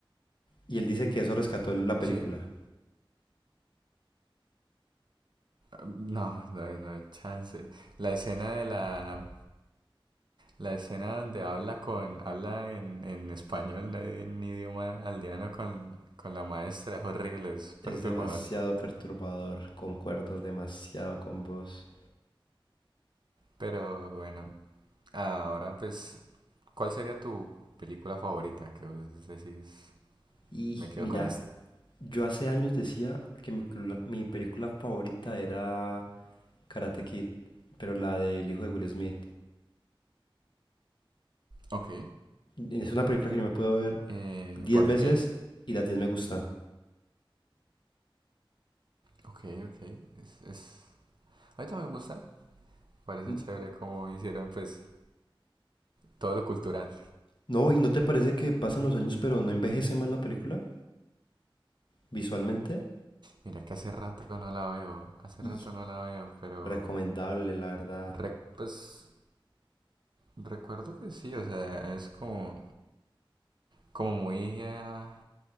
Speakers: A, on the left; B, on the right.
A: Y él dice que eso rescató la película.
B: ¿Sí? Um, No, no hay, no hay chance. La escena de la, La escena donde habla con, habla en, en español, no en idioma aldeano con, con la maestra, es horrible, es
A: Es
B: perturbadora.
A: demasiado perturbador, concuerdo demasiado con vos.
B: Pero bueno, ahora pues, ¿cuál sería tu película favorita? Que vos decís,
A: Y
B: me quedo
A: mira,
B: con esta.
A: yo hace años decía que mi, mi película favorita era Karate Kid, pero la del hijo de Will Smith.
B: Ok.
A: Es una película que yo me puedo ver
B: Eh,
A: 10
B: ¿por
A: veces
B: qué?
A: y las 10 me gustan.
B: Ok, ok. Es, es... Ahorita me gusta, parece
A: N-
B: chévere cómo hicieron pues todo lo cultural.
A: No, ¿y no te parece que pasan los años pero no envejece mal la película visualmente?
B: Mira que hace rato no la veo, hace
A: Y
B: rato no la veo, pero
A: recomendable, la verdad.
B: rec- pues Recuerdo que sí, o sea, es como, como muy ah,